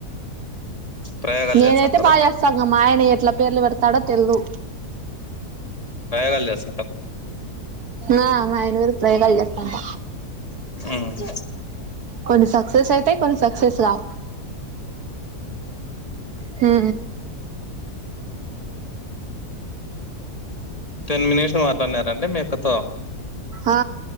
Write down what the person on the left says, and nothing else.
ప్రయోగాలు
చేస్తుంటారా
రాయ కాల్ చేస
ఆయన
టెన్ మినిట్స్ మాట్లాడినారండి మీ అక్క తో